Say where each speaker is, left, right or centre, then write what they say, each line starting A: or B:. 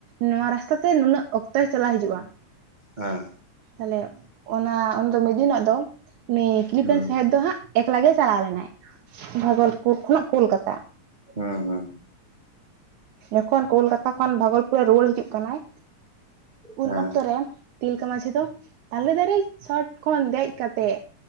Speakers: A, on the right; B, on the right.
A: ᱱᱚᱣᱟ ᱨᱟᱥᱛᱟ ᱛᱮ ᱱᱩᱱᱟᱹᱜ ᱚᱠᱛᱚᱭ ᱪᱟᱞᱟᱣ ᱦᱤᱡᱩᱜᱼᱟ
B: ᱦᱮᱸ
A: ᱛᱟᱦᱞᱮ ᱚᱱᱟ ᱩᱱᱫᱚ ᱢᱤᱫ ᱫᱤᱱᱚᱜ ᱫᱚ ᱩᱱᱤ ᱠᱤᱞᱤᱯᱼᱞᱮᱱ
B: ᱦᱩᱸ
A: ᱥᱟᱦᱮᱵᱽ ᱫᱚ ᱦᱟᱸᱜ ᱮᱠᱞᱟ ᱜᱮᱭ ᱪᱟᱞᱟᱣ ᱞᱮᱱᱟᱭ ᱵᱷᱟᱹᱜᱚᱞᱯᱩᱨ ᱠᱷᱚᱱᱟᱜ ᱠᱳᱞᱠᱟᱛᱟ᱾
B: ᱦᱮᱸ ᱦᱮᱸ
A: ᱡᱚᱠᱷᱚᱱ ᱠᱳᱞᱠᱟᱛᱟ ᱠᱷᱚᱱ ᱵᱷᱟᱜᱚᱞᱯᱩᱨ ᱨᱮ ᱨᱩᱣᱟᱹᱲ ᱦᱤᱡᱩᱜ ᱠᱟᱱᱟᱭ, ᱩᱱ
B: ᱦᱮᱸ
A: ᱚᱠᱛᱚ ᱨᱮ ᱛᱤᱞᱠᱟᱹ ᱢᱟᱺᱡᱷᱤ ᱫᱚ ᱛᱟᱞᱮ ᱫᱟᱨᱮ ᱪᱚᱴ ᱠᱷᱚᱱ ᱫᱮᱡ ᱠᱟᱛᱮᱫ